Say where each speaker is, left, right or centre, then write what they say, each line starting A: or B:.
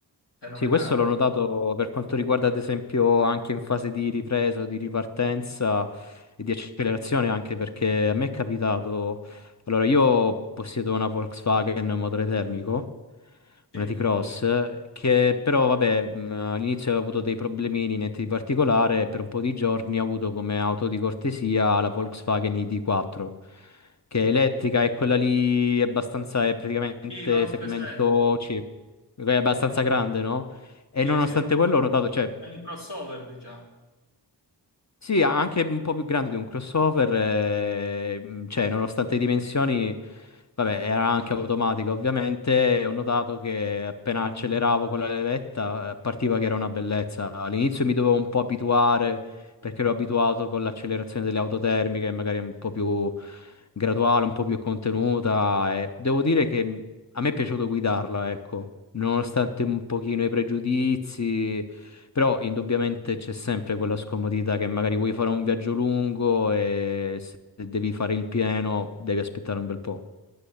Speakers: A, on the left; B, on the left.
A: Fenomenale.
B: Sì, questo l'ho notato per quanto riguarda, ad esempio, anche in fase di ripresa, di ripartenza e di accelerazione, anche perché a me è capitato. Allora, io possiedo una Volkswagen motore termico,
A: Sì,
B: una T-Cross, che però, vabbè, mh, all'inizio avevo avuto dei problemini, niente di particolare, e per un po' di giorni ho avuto come auto di cortesia la Volkswagen ID4. che è elettrica e quella lì è abbastanza, è praticamente
A: sì, l'ho
B: segmento
A: presente.
B: C è abbastanza grande, no? E
A: Sì,
B: nonostante
A: sì, è
B: quello ho notato, cioè,
A: un crossover, diciamo.
B: sì, anche un po' più grande di un crossover, eh, mh, cioè nonostante le dimensioni, vabbè, era anche automatica ovviamente, e ho notato che appena acceleravo con la levetta eh, partiva che era una bellezza. All'inizio mi dovevo un po' abituare perché ero abituato con l'accelerazione delle auto termiche, magari un po' più graduale, un po' più contenuta, e devo dire che mm, a me è piaciuto guidarla, ecco, nonostante un pochino i pregiudizi. Però indubbiamente c'è sempre quella scomodità che magari vuoi fare un viaggio lungo e se devi fare il pieno devi aspettare un bel po'.